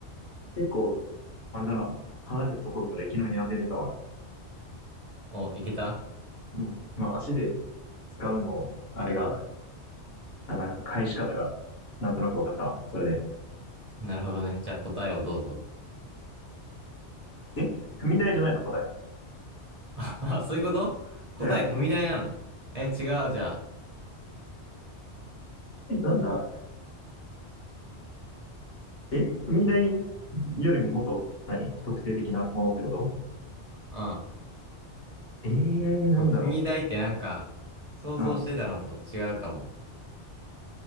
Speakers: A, on the left (about 60°); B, on the right (about 40°).
A: 結構、あれだな。離れたところからいきなり当てれたわ。
B: お、いけた
A: うん。まあ、足で使うの、あれが、あの、返し方が、なんとなく分かったわ。それ
B: なるほどね。じゃあ答えをどうぞ。
A: で。え踏み台じゃないの答え。
B: <laughs> あ、あそういうこと答え踏み台なのえ、
A: うん。
B: 違う、じゃ
A: えなんだえ踏み台よりももっと、何特定的なものってこと
B: あ。うん。
A: えー、なんだろ
B: これ踏み台ってなんか、想像してたのと違うかも。
A: う。うん。